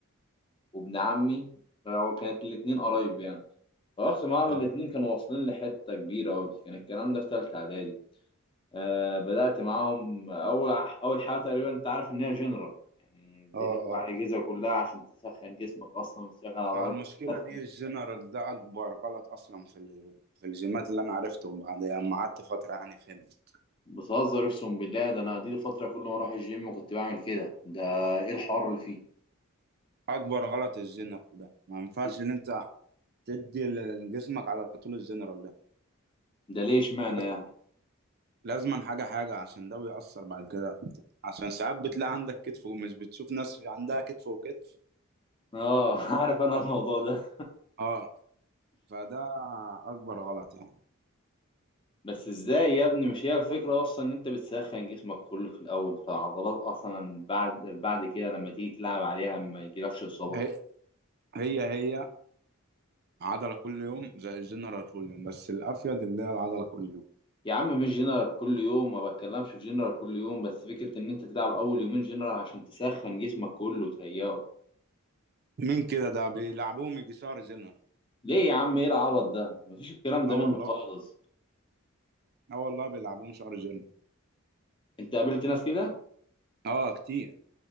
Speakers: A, on the left; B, on the right.
A: وابن عمي هو كانت الاتنين قرايب يعني فرحت معاهم
B: اه
A: الاتنين كانوا واصلين لحتة كبيرة أوي كان الكلام ده في تالتة إعدادي آه بدأت معاهم أول أول حاجة تقريبا أنت عارف إن هي جنرال يعني بيلف
B: اه
A: على الأجهزة كلها عشان تسخن جسمك أصلا وتشغل عضلات
B: آه، المشكلة
A: تسخن
B: دي الجنرال ده أكبر غلط أصلا في ال... في الجيمات اللي أنا عرفته بعد ما قعدت فترة يعني فهمت
A: بتهزر أقسم بالله ده أنا دي فترة كل ما أروح الجيم كنت بعمل كده ده إيه الحوار اللي فيه
B: أكبر غلط الجنرال ده ما ينفعش
A: ده,
B: إن أنت تدي لجسمك على طول الجنرال ده
A: ده ليه إشمعنى
B: لاز-
A: يعني؟
B: لازما حاجة حاجة عشان ده بيأثر بعد كده عشان ساعات بتلاقي عندك كتف ومش بتشوف ناس عندها كتف وكتف
A: آه <laughs> عارف أنا الموضوع ده
B: اه فده أكبر غلط يعني
A: بس ازاي يا ابني مش هي الفكرة اصلا ان انت بتسخن جسمك كله في الاول فالعضلات اصلا بعد بعد كده لما تيجي تلعب عليها ما يجيلكش اصابة
B: هي هي, هي عضلة كل يوم زي الجنرال كل يوم بس الأفيد اللي هي العضلة كل يوم
A: يا عم مش جنرال كل يوم ما بتكلمش في جنرال كل يوم بس فكرة ان انت تلعب اول يومين جنرال عشان تسخن جسمك كله وتهيئه
B: مين كده ده بيلعبوهم يجي شهر جنرال
A: ليه يا عم ايه العبط ده مفيش الكلام ده
B: اه
A: منه
B: والله
A: خالص
B: اه والله بيلعبوهم شهر جيم
A: انت قابلت ناس كده
B: اه كتير